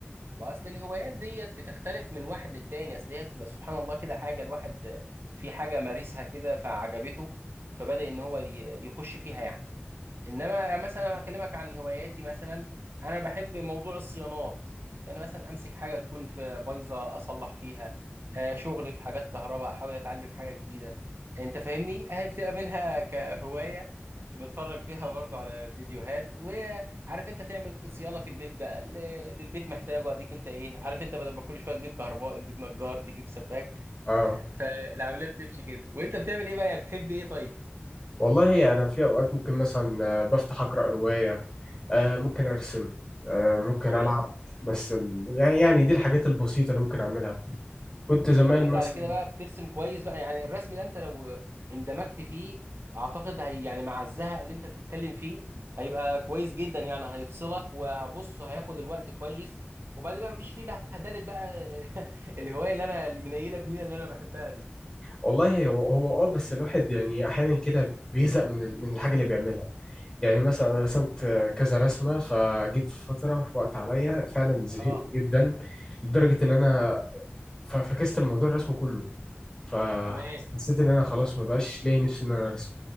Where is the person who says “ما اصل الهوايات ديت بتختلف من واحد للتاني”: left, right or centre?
Right